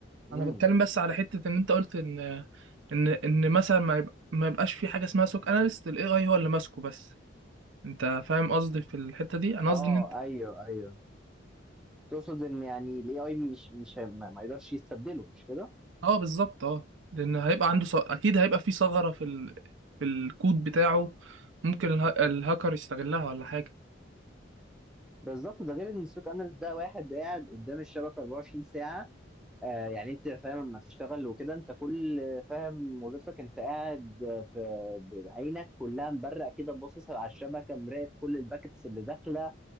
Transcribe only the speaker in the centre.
امم
اه
ايوه ايوه تقصد ان يعني الاي اي مش مش ما ما يقدرش يستبدله مش كده
بالظبط ده غير ان السوق اناليست ده واحد قاعد قدام الشبكه 24 ساعه آه يعني انت فاهم لما تشتغل وكده انت كل فاهم وظيفتك انت قاعد في بعينك كلها مبرق كده باصص على الشبكه مراقب كل الباكتس اللي داخله